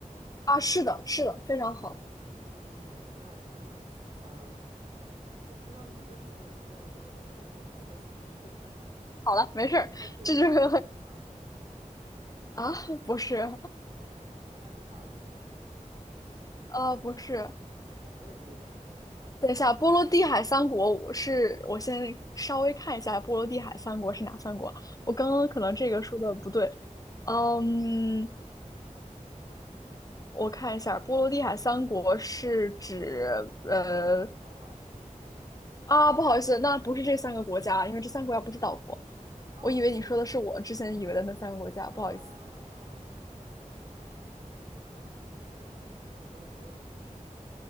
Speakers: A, on the left (about 25°); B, on the right (about 40°).
A: 啊，是的，是的，非常好。
B: 嗯，那可能，嗯、我知道那几个城市的名字，但是我不知道哪个是哪个，我就挨个 <laughs> 猜了。<laughs>
A: 好了，没事儿，
B: 它是维尔纽斯吗？
A: 这就是 <laughs> 啊，不是。
B: 不是维尔纽斯，那他是塔林吗？
A: 呃，不是，
B: 哎，那还有一个叫什么来着？
A: 等一下，波罗的海三国，我是我先稍微看一下波罗的海三国是哪三国。我刚刚可能这个说的不对，
B: 啊，
A: 嗯，
B: 哦，行，
A: 我看一下，波罗的海三国是指呃
B: 是立陶宛那几个国家
A: 啊，不好意思，那不是这三个国家，因为这三个国家不是岛国。
B: 啊，
A: 我以为你说的是我之前以为的那三个国家，
B: 对啊，
A: 不好意思，
B: 你你以为的三个国家，我想想，那周围还有什么国家？